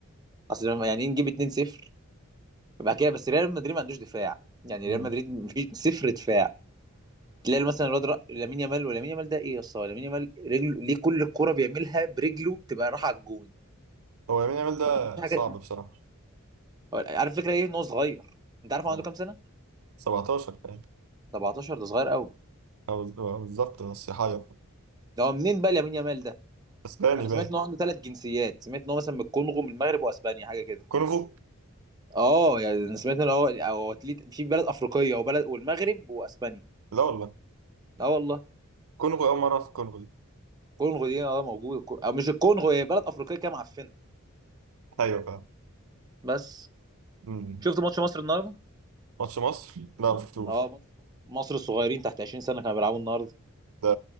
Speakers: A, on the right; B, on the right.
A: اصل لما- يعني ايه نجيب 2-0 بعد كده بس ريال مدريد ما عندوش دفاع يعني
B: مم.
A: ريال مدريد مفيش صفر دفاع تلاقي مثلا الواد رأ- لامين يامال ولامين يامال ده ايه يا اسطى لامين يامال رجله ليه كل الكرة بيعملها برجله تبقى رايحه على الجون
B: هو يمين يامال ده
A: مفيش حاجه
B: صعب بصراحة
A: هو- عارف الفكره ايه ان هو صغير انت عارف هو
B: هو
A: عنده كام سنه
B: 17 كمان
A: 17 ده صغير قوي
B: أو أو بالظبط بس يحير
A: ده هو منين بقى لامين يامال ده
B: اسباني
A: انا
B: باين
A: سمعت ان هو عنده ثلاث جنسيات سمعت ان هو مثلا من الكونغو من المغرب واسبانيا حاجه كده
B: كونغو
A: اه يعني انا سمعت ان هو هو أتليت- في بلد افريقيه وبلد والمغرب واسبانيا
B: لا والله
A: لا والله
B: كونغو أول مرة في كونغو دي
A: الكونغو دي اه موجوده الكو- او مش الكونغو هي بلد افريقيه كده معفنه
B: أيوة فاهم
A: بس
B: مم.
A: شفت ماتش مصر النهارده
B: ماتش مصر لا ما شفتوش
A: اه مصر مصر الصغيرين تحت 20 سنه كانوا بيلعبوا النهارده
B: ده